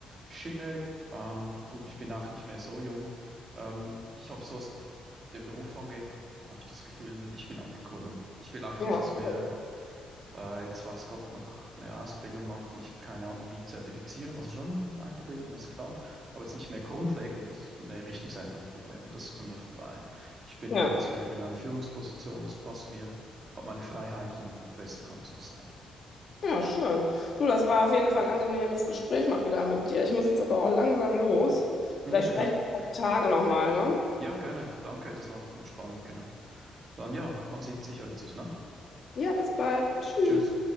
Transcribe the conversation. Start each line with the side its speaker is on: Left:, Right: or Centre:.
Right: Schiene. Ähm, gut, ich bin auch nicht mehr so jung. Ähm, ich habe so was den Beruf angeht, habe ich das Gefühl, ich bin angekommen. Ich will auch
Left: ja,
Right: nichts
Left: okay.
Right: mehr, äh, jetzt weiß Gott, noch eine Ausbildung machen, mich keine Ahnung wie zertifizieren, also schon weiterbilden, das ist klar, aber jetzt nicht mehr grundlegend eine Richtungsänderung vornehmen. Das ist bei mir vorbei. Ich bin
Left: ja.
Right: da jetzt hier in einer Führungsposition, das passt mir, habe meine Freiheiten, besser kann es nicht sein.
Left: Ja, schön. Du, das war auf jeden Fall ein angenehmes Gespräch mal wieder mit dir. Ich muss jetzt aber auch langsam los.
Right: Hm,
Left: Vielleicht
Right: Okay,
Left: sprechen wir die Tage nochmal, ne?
Right: ja, gerne. Danke, das war spannend, genau. Dann ja, man sieht sich, hört sich, ne?
Left: Ja, bis bald. Tschüss.
Right: Tschüss.